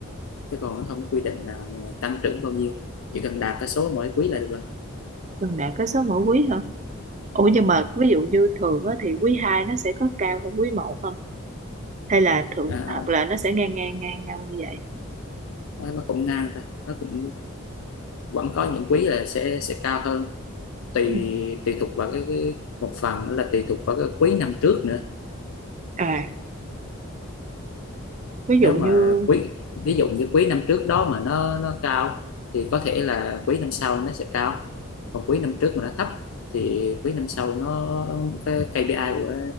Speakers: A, on the left; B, on the right.
A: chứ còn nó không có quy định là tăng trưởng bao nhiêu chỉ cần đạt cái số mỗi quý là được rồi
B: gần đạt cái số mỗi quý hả ủa nhưng mà ví dụ như thường á thì quý 2 nó sẽ có cao hơn quý một không hay là thường
A: à,
B: hoặc là nó sẽ ngang ngang ngang nhau như vậy
A: nó cũng ngang thôi nó cũng vẫn có những quý là sẽ sẽ cao hơn tùy
B: ừ.
A: tùy thuộc vào cái, cái một phần nữa là tùy thuộc vào cái quý năm trước nữa
B: à ví dụ
A: nếu
B: như
A: mà quý ví dụ như quý năm trước đó mà nó nó cao thì có thể là quý năm sau nó sẽ cao còn quý năm trước mà nó thấp thì quý năm sau nó cái KPI của